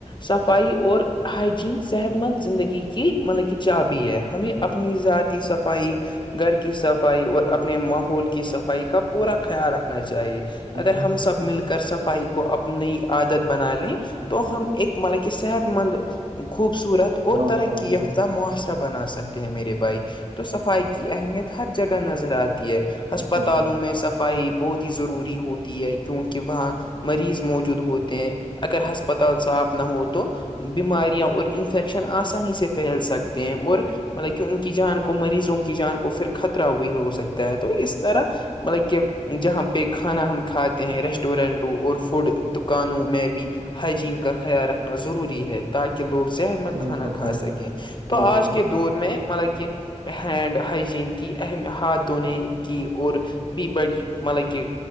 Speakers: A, on the left; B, on the right.
A: صفائی اور ہائجین صحت مند زندگی کی مطلب کی چابابی ہے ہمیں اپنی ذاتی صفائی گھر کی صفائی اور اپنے ماحول کی صفائی کا پورا خیال رکھ چاہیے اگر
B: ایسا
A: ہم سب مل کر سب بھائی کو اپنی عادت بنا لیں تو ہم ایک مطلب کہ صحت مند خوبصورت اور
B: معاشرہ
A: ترقی
B: بالکل
A: یافتہ معاشر بنا سکتے ہیں میرے بائائیک تو صفائی کی اہمیت ہر جگہ نظر آتی ہے
B: بالکل
A: ہسپتالوں میں صفائی بہت ہی ضروری ہوتی ہے کیونکہ وہاں مریض موجود ہوتے ہیں اگر ہسپتال صاف نہ ہو تو بیماریاں اور انفیکشن آسانی سے پھیل سکتے ہیں اور مطلب کہ ان کی جان کو مریضوں کی جان کو پھر خطرہ بھی بھی ہو سکتا ہے تو اس طرح مطلب کہ جہاں پہ کھانا ہم کھاتے ہیں ریسٹورینٹ اور فوڈ دکانوں میں بھی ہائجین کا خیال رکھنا ضروری ہے تاکہ لوگ صحت مند کھانا
B: بالکل
A: کھا
B: بھائی
A: سکیں
B: صاحب
A: تو آج
B: بالکل
A: کے دور میں مطلب کہ ہینڈ ہائجین کی اہم ہاتھ دونے کی اور بھی بڑی مطلب کہ